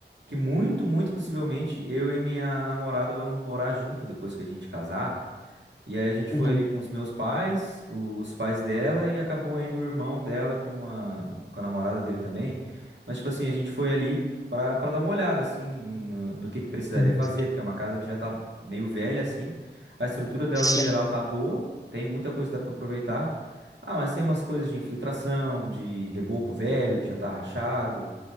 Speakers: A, on the right; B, on the left.
A: que muito, muito possivelmente eu e minha namorada vamos morar junto depois que a gente casar. E aí a gente foi
B: Uhum,
A: ali com os meus pais, os pais dela e acabou indo o irmão dela com a, com a namorada dele também. Mas tipo assim, a gente foi ali pra, pra dar uma olhada assim em- no, no que que precisaria
B: uhum.
A: fazer, porque é uma casa que já tá meio velha assim. A estrutura dela
B: Sim.
A: no geral tá boa, tem muita coisa que dá pra aproveitar. Ah, mas tem umas coisas de infiltração, de reboco velho que já tá rachado